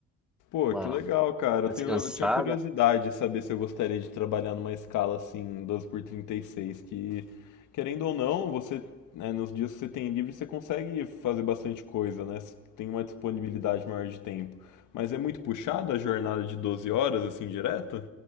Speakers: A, on the left; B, in the centre.
A: Pô,
B: uma,
A: que legal, cara.
B: uma
A: Eu tenho,
B: descansada.
A: eu tinha curiosidade de saber se eu gostaria de trabalhar numa escala assim, 12 por 36. que querendo ou não, você, né, nos dias que você tem livre, você consegue fazer bastante coisa, né? Você tem uma disponibilidade maior de tempo. Mas é muito puxado a jornada de doze horas assim direto?